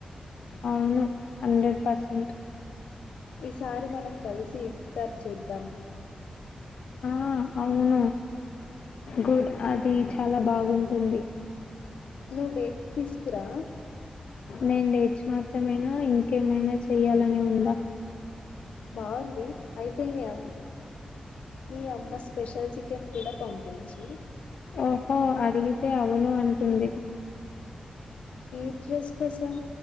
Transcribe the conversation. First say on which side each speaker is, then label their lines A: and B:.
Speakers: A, on the left (about 65°); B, on the left (about 85°).
A: అవును హన్ండ్రెడ్ పర్సెంట్
B: ఈసారి మనం కలిసి త చేిద్దం
A: ఆ అవును గుడ్ అది చాలా బాగుంటుంది
B: నువు డేట్స్ తీసుకురా
A: నేను డేట్స్ మాత్రమేనా ఇంకేమైనా చెయ్యాలని ఉందా
B: బాగుంది అయితే మీ అమ్ మీ అమ్మ స్పెషల్ చికెన్ కూడా పంపించు
A: ఓహో అడిగితే అవును అంటుంది
B: ఈ డ్రెస్ కోసం